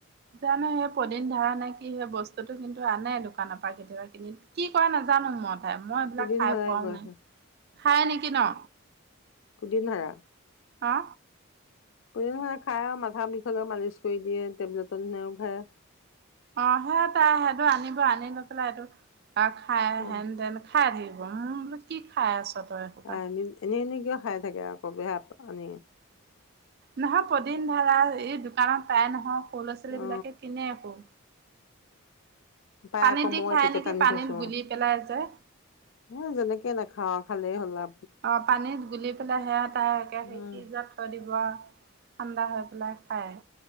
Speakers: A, on the right (about 50°); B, on the left (about 60°).
A: জানো হে পদিন ধাৰা নে কি হে বস্তু বস্তুটো কিন্তু আনে দোকানৰ পৰা কেতিয়াবা কিনি কি কয় নাজানো মই হেয়া মই এইবিলাক
B: পুদিন
A: খাই
B: হৰাই
A: পোৱাও
B: গৈ
A: নাই খাই নেকি ন
B: পুদিনহাৰা
A: হা
B: পুদিনহাৰা খাই আৰু মাথা বিষ হলেও মালিচ কৰি দিয়ে টেবলেটৰ নিচিনাও খায়
A: অ সেই তাই সেইটো আনিব আনি লৈ পেলাই এইটো এয়া খাই
B: অ
A: হেন দেন খাই থাকিব মই বোলে কি খাই আছ তই এসোপা।
B: আ নি এনে নি কিয় খাই থাকে আক বেহা উম
A: নহয় পদিন ধাৰা এই দোকানত পায় নহয় ল'ৰা ছোৱালী
B: অ
A: বিলাকে কিনে আকৌ
B: পাই
A: পানীত
B: আকৌ
A: দি
B: মই
A: খাই
B: এপেকেট
A: নেকি
B: আনি
A: পানীত
B: থৈছো
A: গুলি পেলাই যে।
B: হ যেনেকে নাখাও ভালে হ'লা
A: অ পানীত গুলি পেলাই সেয়া তাইকে সেই
B: উম
A: ফ্ৰিজত থৈ দিব আও ঠাণ্ডা হৈ পেলাই খাই